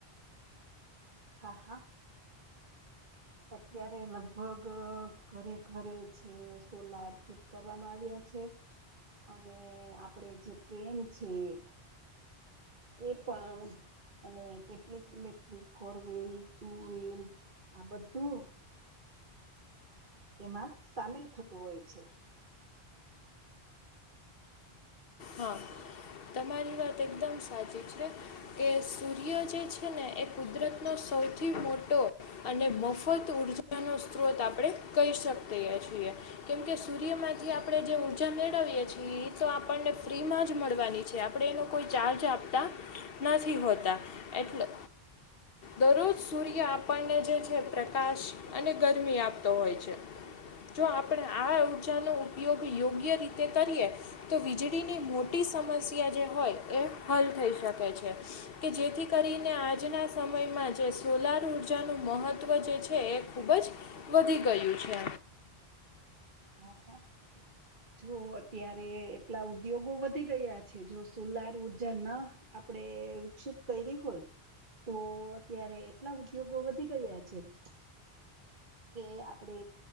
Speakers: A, on the right; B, on the left.
A: હા હા. અત્યારે લગભગ ઘરે ઘરે છે સોલાર ફીટ કરવામા આવ્યા છે. અને આપડે જે ટ્રેન છે એ પણ અને કેટલીક electric four wheel two wheel આ બધુ એમા સામેલ થતુ હોય છે.
B: હા તમારી વાત એકદમ સાચી છે. કે સૂર્ય જે છે ને એ કુદરતનો સૌથી મોટો અને મફત ઉર્જાનો સ્ત્રોત આપણે કહી શકીએ છીએ. કેમકે સૂર્યમાંથી આપણે જે ઊર્જા મેળવીએ છીએ એ તો આપણને ફ્રી મા જ મળવાની આપણે એનો કોઈ ચાર્જ આપતા નથી હોતા એટલે દરરોજ સૂર્ય આપણને જે છે પ્રકાશ અને ગરમી આપતો હોય છે. જો આપણે આ ઊર્જા નો ઉપયોગ યોગ્ય રીતે કરીએ તો વીજળીની મોટી સમસ્યા જે હોય એ હલ થઈ શકે છે. કે જેથી કરીને આજના સમયમાં જે સોલર ઊર્જાનું મહત્ત્વ જે છે એક ખુબ જ વધી ગયું છે.
A: હા હા. જો અત્યારે એટલા ઉદ્યોગો વધી ગયા છે જો સોલર ઉર્જા ન આપડે વિકસિત કઈરી હોય તો અત્યારે એટલા ઉદ્યોગો વધી ગયા છે. કે આપડે